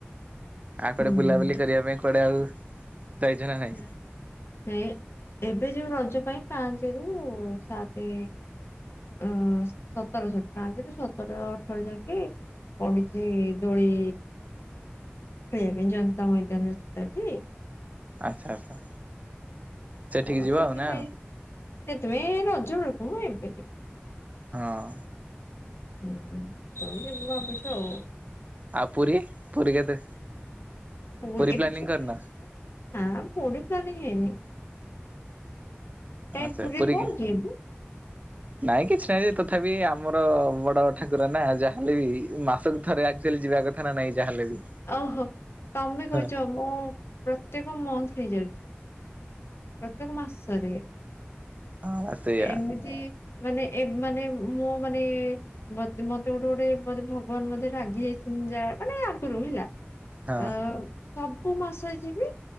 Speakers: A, on the right (about 35°); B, on the left (about 70°).
A: ଆଉ କୁଆଡେ
B: ହୁଁ।
A: ବୁଲାବୁଲି କରିବା ପାଇଁ କୁଆଡେ ଆଉ ଯାଇଛ ନା ନାଇଁ?
B: ନାଁ ନାଇଁ ଏବେ ଯୋଉ ରଜ ପାଇଁ ପାଞ୍ଚରୁ ସାତ ଅ ସତରଷଠି ପାଞ୍ଚରୁୁ ସତର ଅଠର ଯାଙ୍କେ ପଡିଛି ଦୋଳି ଖାଇବାପାଇଁ ଜନତା ମଇଦାନରେ <unintelligible>
A: ଆଚ୍ଛା ଆଚ୍ଛା ସେଠିକି
B: ତ
A: ଯିବ
B: ସେଥିପାଇଁ
A: ଆଉ ନା?
B: ସେଥିପାଇଁ ରଜବେଳକୁ ମ ଏବେ ଯିବିନି।
A: ହଁ।
B: ହୁଁ ସେତବେଳୁ ଯିବୁ ଭାବୁଚୁ ଆଉ।
A: ଆଉ ପୁରୀ ପୁରୀ କେତେ
B: ପୁରୀ ଏବେ
A: ପ୍ଲାନିଂ
B: ଛୁଟି
A: କରିନ
B: ଅଛି ତ ନା ପୁରୀ ପ୍ଲାନିଂ ହେଇନି। କାଇଁ
A: ଆଛା
B: ପୁରୀ
A: ଏପରୀକି।
B: କଣ କି ଏବେ
A: ନାଇଁ କିଛି ନାଇଁ ଯେ ତଥାପି ଆମର ବଡ ଠାକୁର ନା ଯାହା ହେଲେ ବି ମାସକୁ ଥରେ ଆକ୍ଚୁଆଲି ଯିବା କଥ ଥା ନା ନାହିଁ ଯାହାେଲେ ବି?
B: ଓହୋ ତମେ
A: ହଁ
B: କହୁଛ ମୁଁ ପ୍ରତ୍ୟେକ ମନ୍ଥଲି ଯାଉଛି। ପ୍ରତ୍ୟେକ ମାସରେ
A: ହଁ ସେଇଆ
B: ଏମିତି ମାନେ ଏ ମାନେ ମୋ ମାନେ ମତେ ମତେ ଗୋଟେ ଗୋଟେ ବୋଧେ ଭଗବାନ ବୋଧେ ରାଗି ଯାଇଛନ୍ତି ଯା ମାନେ ଆଗରୁ ହେଲା।
A: ହଁ।
B: ଅ ସବୁ ମାସ ଯିବି